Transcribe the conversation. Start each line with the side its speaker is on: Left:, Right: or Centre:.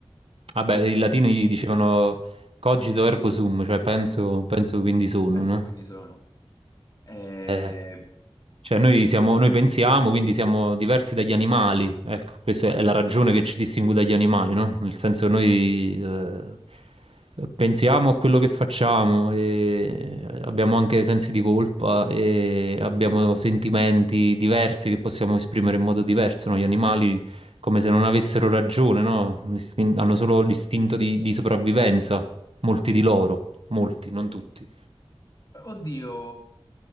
Right: vabbè, i latini
Left: Quindi
Right: dicevano
Left: <laughs>
Right: cogito ergo sum, cioè penso, penso quindi sono,
Left: penso
Right: no?
Left: quindi sono. Eh,
Right: Eh, Cioè, noi siamo, noi pensiamo, quindi siamo diversi dagli animali. Ecco, questa è la ragione che ci distingue dagli animali, no? Nel senso che noi eh, pensiamo a quello che facciamo e abbiamo anche sensi di colpa e abbiamo sentimenti diversi che possiamo esprimere in modo diverso, no? Gli animali come se non avessero ragione, no? L'istin- Hanno solo l'istinto di, di sopravvivenza, molti di loro, molti, non tutti.
Left: oddio,